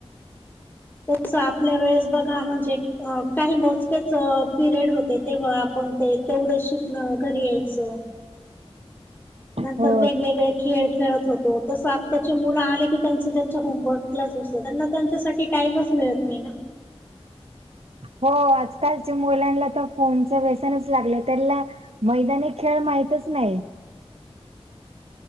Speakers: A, on the left; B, on the right.
A: त आपल्या वेळेस बघा म्हणजे काही मोजक्याच पिरियड होते तेव्हा आपण ते तेवढं शिकणं घरी यायचं नंतर
B: हो
A: वेगवेगळे्या खेळ खेळत होतो तस आत्ताचे मुलं आले की त्यांच त्यांच होमवर्कलाच बसत त्यांना त्यांच्यासाठी टाईमच मिळत नाही ना
B: हो आजकालच्या मुलांना तर फोनच व्यसनच लागले त्याला मैदानी खेळ माहतच नाही